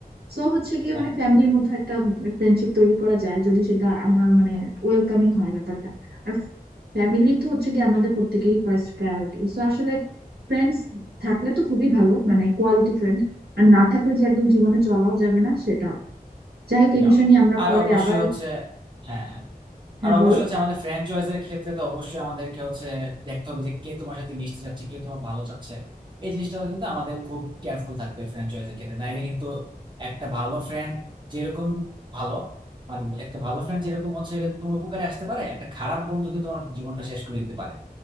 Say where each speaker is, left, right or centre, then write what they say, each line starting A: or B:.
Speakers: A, on the right; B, on the right.
A: সো হচ্ছে গিয়ে
B: হ্যাঁ
A: মানে ফ্যামিলির মধ্যে একটা ফ্রেন্ডশিপ তৈরি করা যায় যদি সেটা আমরা মানে ওয়েলকামিং হয় ব্যাপারটা আর ফ্যামিলি তো হচ্ছে গিয়ে আমাদের প্রত্যেকেরই ফার্স্ট প্রায়োরিটি সো আসলে ফ্রেন্ডস থাকলে তো খুবই ভালো মানে কোয়ালিটি ফ্রেন্ড আর না থাকলে যে একদম জীবনে চলাও যাবে না সেটা যাই হোক
B: এটাও
A: এই বিষয়
B: না
A: নিয়ে আমরা
B: আর
A: পরে
B: অবশ্যই
A: আবার
B: হচ্ছে হ্যাঁ হ্যাঁ
A: হ্যাঁ
B: আর অবশ্যই
A: বলো
B: হচ্ছে আমাদের ফ্র্যাঞ্চাইজ এর ক্ষেত্রে তো অবশ্যই আমাদেরকে হচ্ছে দেখতে হবে যে কে তোমার সাথে মিশতে চাচ্ছে কে তোমার ভালো চাচ্ছে এই জিনিসটা কিন্তু আমাদের খুব কেয়ারফুল থাকতে হবে ফ্র্যাঞ্চাইজ এর ক্ষেত্রে নাইলে কিন্তু একটা ভালো ফ্রেন্ড যেরকম ভালো মানে একটা ভালো ফ্রেন্ড যেরকম হচ্ছে তোমার উপকারে আসতে পারে একটা খারাপ বন্ধু কিন্তু তোমার জীবনটা শেষ করে দিতে পারে